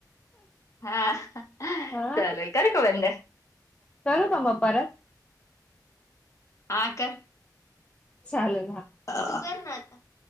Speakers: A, on the left (about 45°); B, on the left (about 15°).
A: हां
B: हा
A: चालेल करू का बंद?
B: करू का मग परत?
A: हा कर.
B: चालेल ना.
A: <unintelligible>